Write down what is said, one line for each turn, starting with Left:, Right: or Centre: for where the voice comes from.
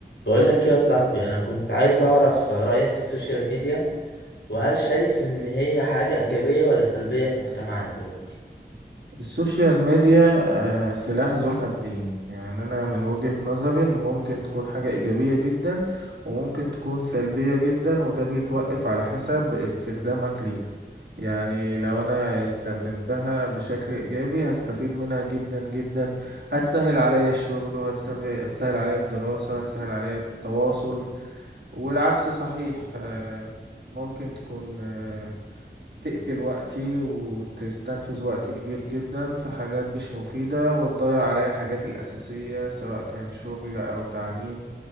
Left: بقول لك يا صاحبي انا كنت عايز اعرف رأيك في السوشيال ميديا وهل شايف ان هي حاجة ايجابية ولا سلبية في مجتمعنا دلوقتي
Right: السوشيال ميديا آه، سلاح ذو حدين يعني أنا من وجهة نظري إن ممكن تكون حاجة إيجابية جدا وممكن تكون سلبية جدا وده بيتوقف على حسب استخدامك ليها يعني لو أنا استخدمتها بشكل إيجابي هستفيد منها جدا جدا هتسهل عليا الشغل وهتسهل هتسهل عليا الدراسة هتسهل عليا التواصل والعكس صحيح آه، ممكن تكون آه، تقتل وقتي وتستنفذ وقت كبير جدا في حاجات مش مفيدة وتضيع عليا الحاجات الأساسية سواء كان شغل أو تعليم